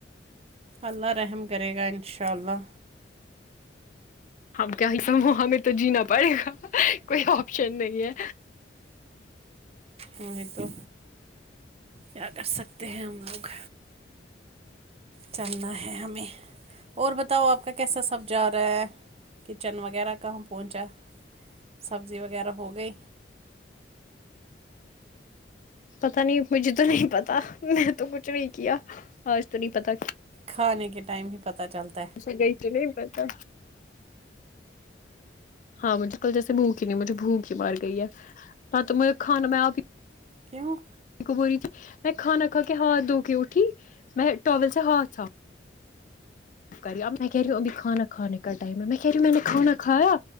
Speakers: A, on the right; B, on the left.
A: اللہ رحم کرے گا انشاء اللہ
B: ہم کیا ہی سہ ہمیں تو جینا پڑے گا کوئی آپشن نہیں ہے
A: نہیں تو کیا کر سکتے ہیں ہم لوگ چلنا ہے ہمیں اور بتاؤ آپ کا کیا کیسا سب چارہ کچن وغیرہ کہاں پہنچا سبزی وغیرہ ہو گئی
B: پتا نہیں مجھے تو نہیں پتا میں تو کچھ نہیں کیا آج تو نہیں پتا
A: کھانے کے ٹائم ہے پتہ چلتا
B: اسے گئی ت نہیں بتا ہاں مجھے کل جیس بوک نہیں مجے بھوک مار گئی ہے ہاں تو مجھے کھانا میں آپ
A: کیوں
B: کو بول رہی تھی میں کھانا کھا کے ہاتھ دھو کے اٹھی میں ٹرول سے ہاں اچھا کری اب میں کہریو ابھی کھانا کھانے کا ائم ہے میں کہریو میں نے کھانا کھایا